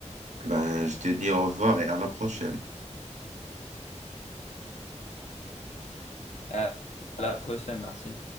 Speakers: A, on the right (about 75°); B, on the left (about 65°).
A: Ben, je te dis au revoir et à la prochaine.
B: À à la prochaine, merci.